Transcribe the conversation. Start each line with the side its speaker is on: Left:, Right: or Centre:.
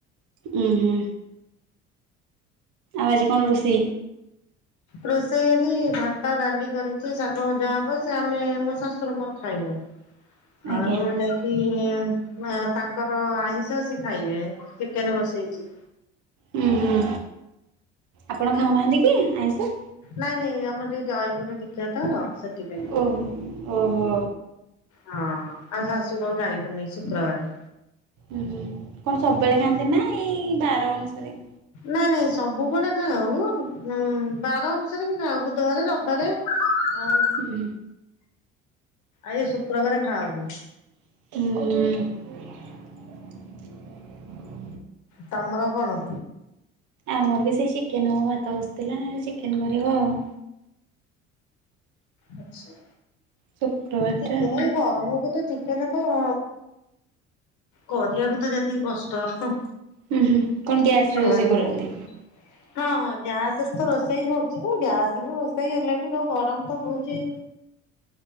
Right: ହ ହୁଁ। ଆଜି କଣ ରୋଷେଇ?
Left: ରୋଷେଇ ଆଜି ଭାତ ଡାଲି କରିଛି ଶାଗ ଭଜା ହବ ସେ ଆମେ ମୋ ଶାଶୁର ମୋର ଖାଇବୁ।
Right: ଆଜ୍ଞା
Left: ଆଉ ଯାଇକି ମା ତାଙ୍କର ଆଇଁଷ ସେ ଖାଇବେ ଚିକେନ ବସେଇଛି।
Right: ହୁଁ ହୁଁ ଆପଣ ଖାଉନାହାନ୍ତି କି ଆଇଁଷ?
Left: ନାଇଁ ନାଇଁ ଆମର ଟିକେ ଜୟଗୁରୁ ଦୀକ୍ଷା ତ ସେଥିପାଇଁ
Right: ଓହୋ ଓହୋ।
Left: ହଁ। ଆଉ ସାସୁ ବୋହୁ ଖାଇବୁନି ଶୁକ୍ରବାରେ
Right: ହୁଁ କଣ ସବୁବେଳେ ଖାଆନ୍ତି ନା ଏଇ ବାର ଅନୁସାରେ।
Left: ନାଇଁ ନାଇଁ ସବୁବେଳେ ଖାଉ ଉ ବାର ଅନୁସାରେ ବି ଖାଉ ବୁଧବାର ରବିବାରେ ଆଉ
Right: ଓହୋ।
Left: ଆଏ ଶୁକ୍ରବାର ଖାଉନୁ।
Right: ହ।
Left: ତମର କଣ?
Right: ଆମର ବି ସେଇ ଚିକେନ ହବ ଭାତ ବସିଥିଲା ଚିକେନ କରିବା ଆଉ।
Left: ଆଚ୍ଛା
Right: ଶୁକ୍ରବାର
Left: ଚିକେନ
Right: ଟା ଆଉ।
Left: ଗରମ କୁ ତ ଚିକେନ ଓହ କରିବାକୁ ତ ଯେତିକି କଷ୍ଟ
Right: ହୁଁ ହୁଁ କଣ ଗ୍ୟାସ ରେ
Left: କୁହନି
Right: ରୋଷେଇ କରୁଛନ୍ତି?
Left: କୁହନି ହଁ ହଁ ଗ୍ୟାସ କେତେବେଳୁ ରୋଷେଇ ହଉଛି ଗ୍ୟାସ ରେ ରୋଷେଇ ହେଲେ ବି ଯୋଉ ଗରମ ତ ହଉଛି